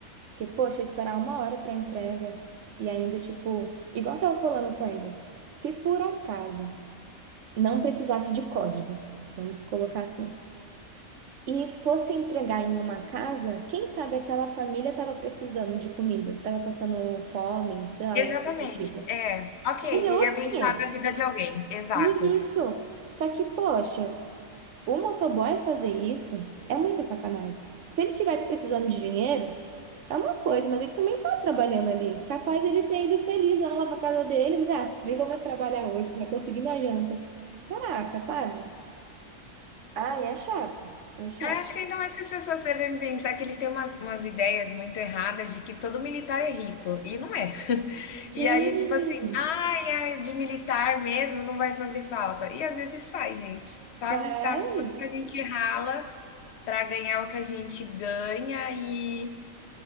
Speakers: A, on the right; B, on the left.
A: Porque, poxa, esperar uma hora pra entrega e ainda, tipo, igual eu tava falando com ele, se por acaso não precisasse de código, vamos colocar assim, e fosse entregar em uma casa, quem sabe aquela família tava precisando de comida, tava passando fome, sei lá, alguma
B: Exatamente,
A: coisa do tipo.
B: é. Ok,
A: Aí já
B: teria
A: é outros
B: abençoado
A: 500.
B: a vida de alguém, exato.
A: E isso. Só que, poxa, o motoboy fazer isso é muita sacanagem. Se ele tivesse precisando de dinheiro, é uma coisa, mas ele também tá trabalhando ali. Capaz dele ter ido feliz lá pra casa dele, mas dizer, ah, nem vou mais trabalhar hoje, já consegui minha janta. Caraca, sabe? Ah, é chato. É chato.
B: eu acho que ainda mais que as pessoas devem pensar que eles têm umas umas ideias muito erradas de que todo militar é rico, e não é. <laughs>
A: Sim,
B: E aí, tipo assim: "Ai, é de militar mesmo, não vai fazer falta", e às vezes faz gente, só
A: faz.
B: a gente sabe o quanto que a gente rala para ganhar o que a gente ganha e